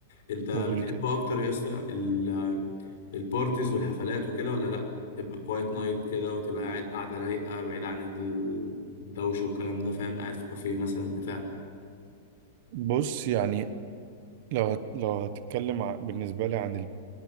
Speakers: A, on the left; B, on the right.
A: انت بتحب
B: قول لي طيب
A: اكتر يا اسطى ال- البارتيز والحفلات وكده ولا لا تبقى كوايت نايت كده وتبقى قاعد قاعده رايقه بعيد عن ال- الدوشه والكلام ده فاهم قاعد في كافيه مثلا بتاع
B: بص يعني لو هت... لو هتتكلم ع- بالنسبة لي عن ال-